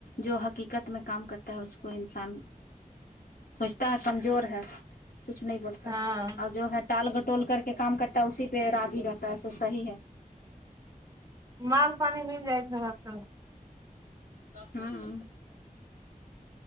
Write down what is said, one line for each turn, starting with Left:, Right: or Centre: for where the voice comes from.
Left: جو حقیقت میں کام کرتا ہے اس کو انسان سوچتا ہے کمزور ہے چپ نہیں بولتا
Right: ہاں
Left: اور جو ہے ٹال گٹول کر کے کام کر تا اسی پہ راضی رہتا ہے ایسا صحیح ہے
Right: مال پانی مل جائے تھوڑا سا
Left: ہاں <unintelligible>